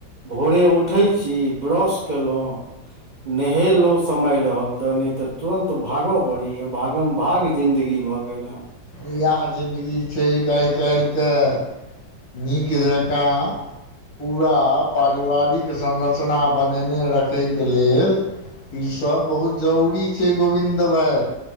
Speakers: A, on the right; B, on the left.
A: भोरे उठे छी ब्रश केलैं <inaudible> नहेलैं समय रहल तऽ नै तऽ तुरंत भाग पड़ै यऽ भाग मऽ भाग जिंदगी भए गेल है
B: इएह जिन्दगी छै आइ काइल केँ नीक जकाँ पूरा पारिवारिक संरचना बनेने रखैके लेल ई सब बहुत जरूरी छै गोविन्द भााय